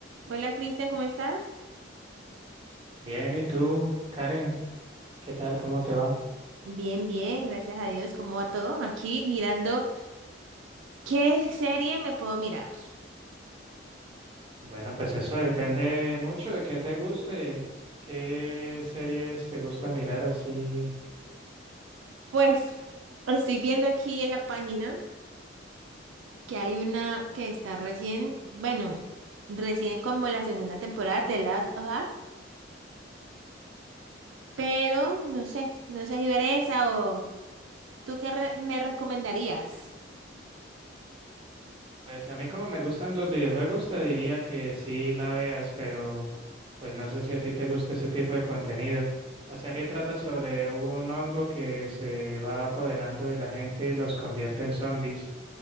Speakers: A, on the right (about 85°); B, on the right (about 30°).
A: Hola Cristian, ¿cómo estás?
B: Bien, ¿y tú, Karen? ¿Qué tal? ¿Cómo te va?
A: Bien, bien, gracias a Dios. ¿Cómo va todo? Aquí mirando qué serie me puedo mirar.
B: Bueno, pues eso depende mucho de qué te guste, qué series te gusta mirar así.
A: Pues estoy viendo aquí en la página que hay una que está recién, bueno, recién como la segunda temporada de Last of Us, pero no sé, no sé si ver esa o tú qué re- me recomendarías.
B: Pues a mí como me gustan los videojuegos, te diría que sí la veas, pero pues no sé si a ti te gusta ese tipo de contenido. La serie trata sobre un hongo que se va apoderando de la gente y los convierte en zombies.